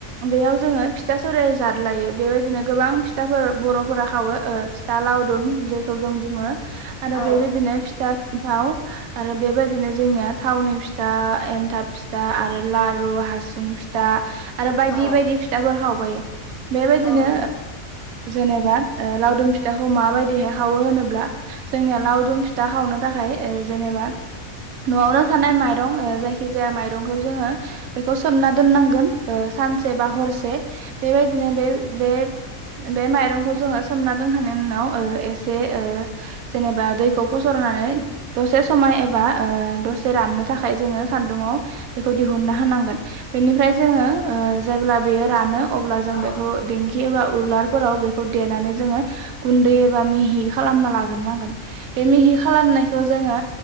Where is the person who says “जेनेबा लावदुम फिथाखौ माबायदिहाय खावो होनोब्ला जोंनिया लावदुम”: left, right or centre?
Right